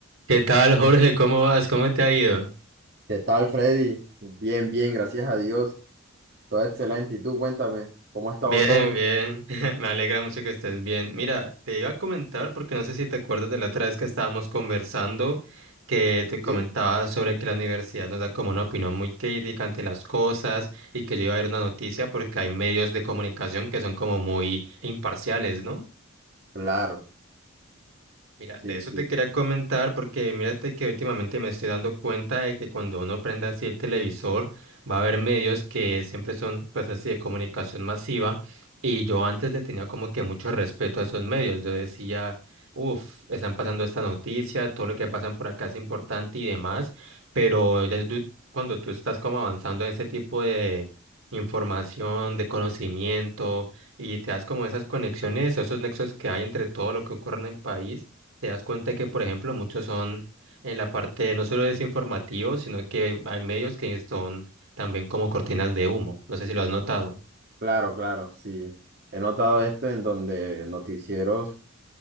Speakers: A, on the right; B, on the right.
A: ¿Qué tal, Jorge? ¿Cómo vas? ¿Cómo te ha ido?
B: ¿Qué tal, Freddy? Bien, bien, gracias a Dios. Todo excelente. ¿Y tú, cuéntame, cómo ha estado
A: Bien,
B: todo?
A: bien. <laughs> Me alegra mucho que estés bien. Mira, te iba a comentar porque no sé si te acuerdas de la otra vez que estábamos conversando, que te comentaba
B: ¿Sí?
A: sobre que la universidad nos da como una opinión muy crítica ante las cosas y que yo iba a ver una noticia porque hay medios de comunicación que son como muy imparciales, ¿no?
B: Claro,
A: Mira,
B: sí,
A: de eso
B: sí.
A: te quería comentar porque mírate que últimamente me estoy dando cuenta de que cuando uno prende así el televisor va a haber medios que siempre son pues así de comunicación masiva y yo antes le tenía como que mucho respeto a esos medios. Yo decía, uff, están pasando esta noticia, todo lo que pasan por acá es importante y demás, pero ya tú- cuando tú estás como avanzando en ese tipo de información, de conocimiento y te das como esas conexiones, esos nexos que hay entre todo lo que ocurre en el país. Te das cuenta que, por ejemplo, muchos son en la parte no solo desinformativo, sino que hay, hay medios que son también como cortinas de humo. No sé si lo has notado.
B: Claro, claro, sí. He notado esto en donde noticieros